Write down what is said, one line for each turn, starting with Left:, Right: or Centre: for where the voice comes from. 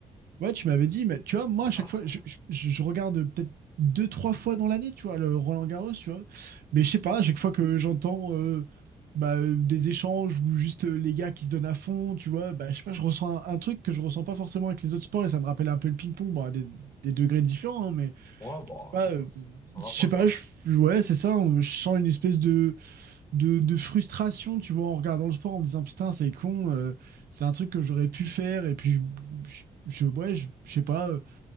Right: Ouais, tu m'avais dit, mais tu vois, moi, à chaque
Left: Ah.
Right: fois, je, je- je regarde peut-être deux, trois fois dans l'année, tu vois, le Roland Garros, tu vois. Mais je sais pas, à chaque fois que j'entends euh, bah, euh, des échanges ou juste euh, les gars qui se donnent à fond, tu vois, bah, je sais pas, je ressens un, un truc que je ressens pas forcément avec les autres sports et ça me rappelle un peu le ping-pong, bon, à des, des degrés différents, hein, mais
Left: Ouais, bah,
Right: je sais pas, euh,
Left: ça, ça
Right: je
Left: rapproche,
Right: sais pas,
Left: ouais.
Right: je- ouais, c'est ça, on- je sens une espèce de de, de frustration, tu vois, en regardant le sport, en me disant putain, c'est con, euh, c'est un truc que j'aurais pu faire, et puis je, je, je- ouais, je, je sais pas, euh,